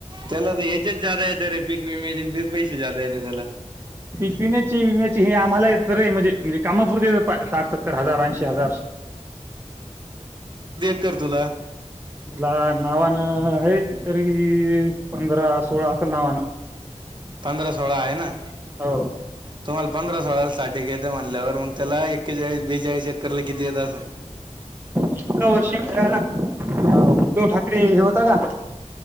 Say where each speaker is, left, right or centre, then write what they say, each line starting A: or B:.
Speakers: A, on the right; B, on the right.
A: त्याला तर या्याच्याच जादा येत रे पिक विमेजन तेीस पैसे जादा येत त्याला
B: पी पिण्याची विम्याची हे आम्हाला येत रे म्हणजे म्हणजे कामापुरती येत साठ सत्तर हजार ऐंशी हजार
A: अ कर्दला
B: मला नावानं आहे तरी पंधरा सोळा असेल नावानं
A: पंधरा सोळा आहे ना
B: हो
A: तुम्हाला पंधरा सोळा साठी घेतं म्हनल्यावर मग त्याला एकेच वेळीस बि जाय चक्कर लागते तर
B: इतका वर्षीला उद्धव ठाकरे हे होता का